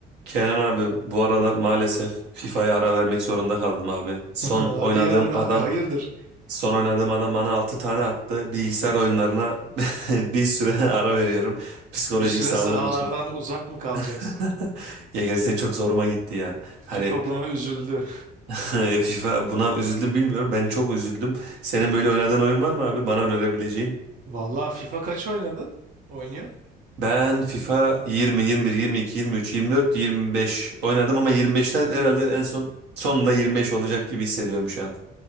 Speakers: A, on the right; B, on the right.
A: Kenan abi bu aralar maalesef FIFA'ya ara vermek zorunda kaldım abi. Son
B: <laughs> Hadi
A: oynadığım
B: ya ne-
A: adam
B: hayırdır?
A: son oynadığım adam bana 6 tane attı. Bilgisayar oyunlarına <laughs> bir süre ara veriyorum. Psikolojik
B: Bir süre
A: sağlığım
B: sahalardan
A: için.
B: uzak mı kalacaksın?
A: <laughs> Ya gerçekten çok zoruma gitti ya.
B: FIFA
A: Hani
B: buna üzüldü.
A: <laughs> FIFA buna üzüldüm bilmiyorum. Ben çok üzüldüm. Senin böyle oynadığın oyun var mı abi? Bana önerebileceğin.
B: <laughs> Vallahi FIFA kaç oynadın? Oynuyorsun?
A: Ben FIFA 20, 21, 22, 23, 24, 25 oynadım ama 25'ten herhalde en son sonunda 25 olacak gibi hissediyorum şu an.